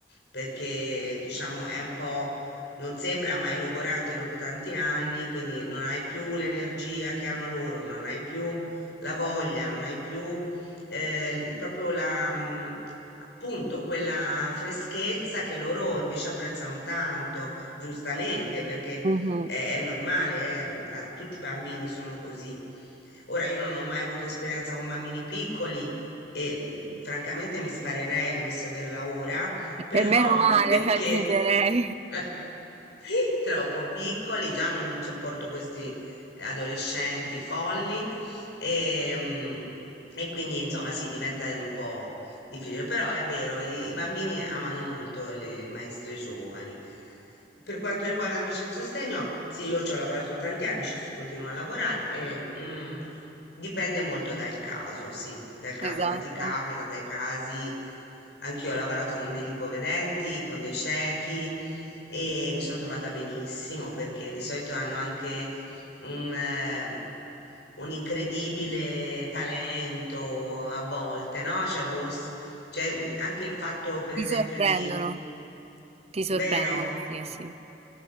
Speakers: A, on the left; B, on the right.
A: perché, diciamo, è un po'... Non sembra, ma è logorante dopo tanti anni, quindi non hai più l'energia che hanno loro, non hai più la voglia, non hai più eh, l- proprio la, mm, appunto, quella freschezza che loro invece apprezzano tanto, giustamente, perché
B: Mh-mh.
A: è, è normale, è- a- tutti i bambini sono così. Ora, io non ho mai avuto esperienza con bambini piccoli e mm, francamente mi sparerei dovessi averla ora, però
B: E meno
A: <laughs>
B: male,
A: perché
B: <laughs> aggiungerei.
A: <laughs> troppo piccoli, già non sopporto questi eh, adolescenti folli e, mm, e quindi insomma sì, diventa un po' difficile, però è vero, i, i bambini amano molto le maestre giovani. Per quanto riguarda invece il sostegno, sì, io ci ho lavorato tanti anni, ci s- continuo a lavorare e mm, dipende molto dal caso, sì, dal caso
B: Esatto.
A: che ti capita, dai casi. Anch'io ho lavorato con degli ipovedenti, con dei ciechi e mi sono trovata benissimo perché di solito hanno anche un, eh, un incredibile talento a volte, no? Cioè, o s- cioè, anche il fatto, per
B: Ti
A: esempio,
B: sorprendono.
A: di,
B: Ti sorprendono,
A: vero?
B: sì, sì.